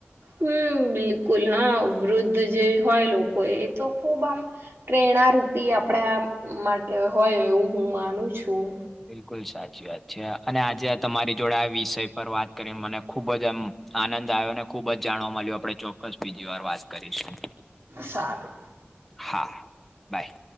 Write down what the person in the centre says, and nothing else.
બિલકુલ સાચી વાત છે અને આજે તમારી જોડે આ વિષય પર વાત કરીને મને ખુબ જ આમ આનંદ આવ્યો ને, ખુબ જ જાણવા મળ્યું, આપણે ચોક્કસ બીજી વાર વાત કરીશું.
હા બાય